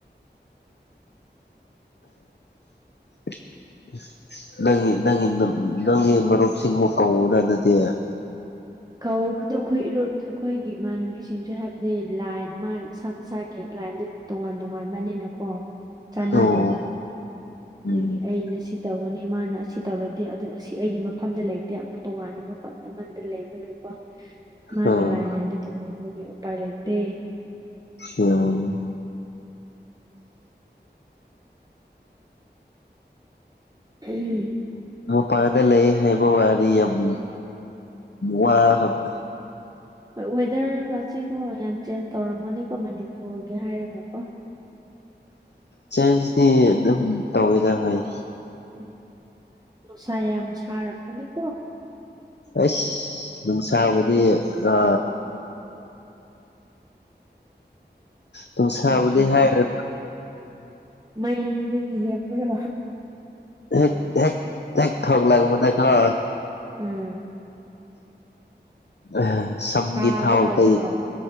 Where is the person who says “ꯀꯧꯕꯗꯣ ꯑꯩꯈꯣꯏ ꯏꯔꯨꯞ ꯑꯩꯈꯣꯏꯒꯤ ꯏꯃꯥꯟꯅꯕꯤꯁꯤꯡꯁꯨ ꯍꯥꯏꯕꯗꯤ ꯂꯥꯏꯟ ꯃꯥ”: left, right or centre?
Right